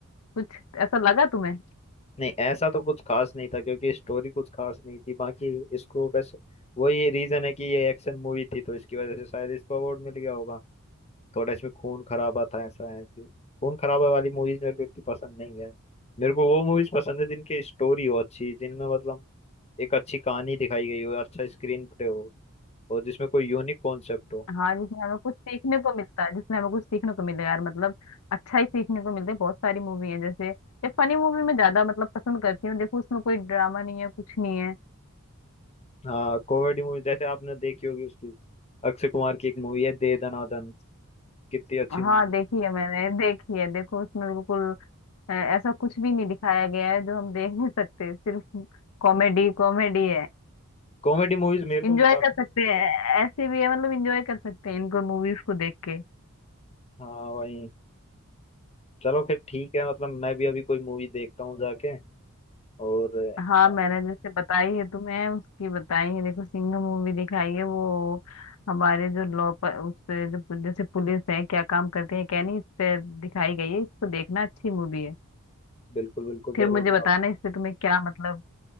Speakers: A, on the left; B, on the left.
A: कुछ ऐसा लगा तुम्हें
B: नहीं ऐसा तो कुछ खास नहीं था क्योंकि स्टोरी कुछ खास नहीं थी बाकी इसको बस वही रीजन है कि ये एक्शन मूवी थी तो इसकी वजह से शायद इसको अवार्ड मिल गया होगा थोड़ा इसमें खून खराबा था ऐसा है कि खून खराबा वाली मूवीज मेरे को इतनी पसंद नहीं है मेरे को वो मूवीज पसंद है जिनकी स्टोरी हो अच्छी जिनमें मतलब एक अच्छी कहानी दिखाई गई हो अच्छा स्क्रीन प्ले हो और जिसमें कोई यूनिक कॉन्सेप्ट हो
A: हाँ जिसमें हमें कुछ सीखने को मिलता है जिसमें हमें कुछ सीखने को मिले यार मतलब अच्छा ही सीखने को मिलता है बहुत सारी मूवी है जैसे ये फनी मूवी मैं ज्यादा मतलब पसंद करती हूँ देखो उसमें कोई ड्रामा नहीं है कुछ नहीं है
B: हाँ कॉमेडी मूवी जैसे आपने देखी होगी उसकी अक्षय कुमार की एक मूवी है दे दनादन कितनी अच्छी
A: हाँ
B: मूवी है
A: देखी है मैंने देखी है देखो उसमें बिल्कुल अ, ऐसा कुछ भी नहीं दिखाया गया है जो हम देख नहीं सकते सिर्फ कॉमेडी कॉमेडी है
B: कॉमेडी मूवीज मेरे
A: इंजॉय
B: को भी काफी
A: कर सकते
B: पसंद
A: हैं ऐसे भी है मतलब इंजॉय कर सकते हैं इनको मूवीज को देख के
B: है। हाँ वही चलो फिर ठीक है मतलब मैं भी अभी कोई मूवी देखता हूँ जाके और
A: हाँ
B: अ,
A: मैंने जैसे बताई है तुम्हें उसकी बताई है देखो सिंघम मूवी दिखाई है वो हमारे जो लॉ पर उस पे जो पु- जैसे पुलिस है क्या काम करते हैं क्या नहीं इस पे दिखाई गई है इसको देखना अच्छी मूवी है
B: बिल्कुल बिल्कुल
A: फिर
B: जरूर
A: मुझे बताना
B: मैं आप
A: इससे तुम्हें क्या मतलब